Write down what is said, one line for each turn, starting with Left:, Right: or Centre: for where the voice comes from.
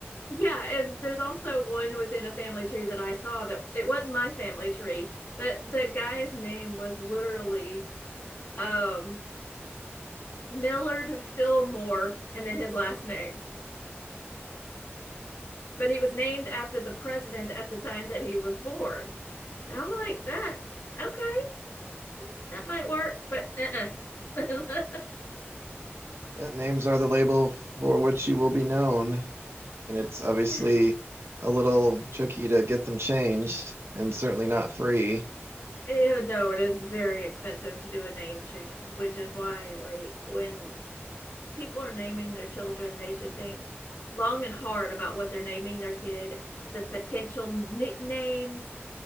Left: Yeah, and there's also one within a family tree that I saw that it wasn't my family tree, but the guy's name was literally um Millard Fillmore and then his last name. But he was named after the president at the time that he was born. And I'm like, that okay, um, that might work, but uh-uh. <laughs>
Right: Yeah, names are the label for which you will be known. and it's obviously
Left: Yeah.
Right: a little tricky to get them changed and certainly not free.
Left: Eh, no, it is very expensive to do a name change, which is why, like, when people are naming their children, they should think long and hard about what they're naming their kid, the potential nicknames,